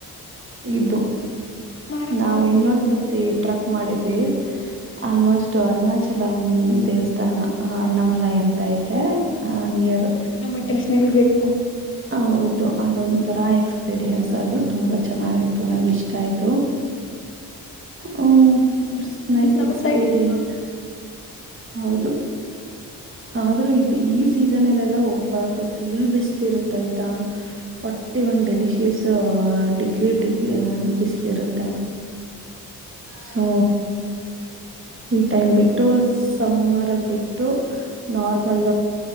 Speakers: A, on the right; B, on the left.
A: ಇದು
B: ಮಾರ
A: ನಾವು
B: ಪರ್ವತ
A: ಇನ್ನೊಂದ್ಸತಿ ಟ್ರಕ್ ಮಾಡಿದ್ವಿ. ಆಲ್ಮೋಸ್ಟ್ ಅರುಣಾಚಲಂ ದೇವಸ್ಥಾನ ಅಣ್ಣಾಮಲೈ ಅಂತ. ಆತಾ ಇದೆ ಆ ನೀಯರ್.
B: <unintelligible> ಬೇಕು.
A: ಹೌದು ಅದೊಂತರ ಎಕ್ಸ್. ಎಕ್ಸ್ಪೀರಿಯನ್ಸ್ ಅದು ತುಂಬಾ ಚೆನ್ನಾಗಿತ್ತು ನಂಗ ಇಷ್ಟ ಆಯ್ತು. ಹ್ಮ ಇಟ್ಸ್ ನೈಸ್
B: ನಗ್ತಾ
A: ಎಕ್ಸ್ಪೀರಿಯನ್ಸ್
B: ಇತ್ತು
A: ಹೌದು. ಆದ್ರೂ ಇದ ಈ ಸೀಸನ್ಲ್ಲೆಲ್ಲಾ ಹೋಗ್ಬಾರ್ದು ಫುಲ್ ಬಿಸ್ಲ ಇರುತ್ತ ಆಯ್ತಾ. ಫೋರ್ಟಿಒನ್ ಒಂದು ಡೆಲಿಶಿಯಸ್ ಡಿಗ್ರಿ ಡಿಗ್ರ ಬಿಸಿಲ ಇರುತ್ತೆ. ಸೊ. ಈ ಟೈಮ್ ಬಿಟ್ಟು ಸಮರಲ್ ಬಿಟ್ಟು ನಾರ್ಮಲ್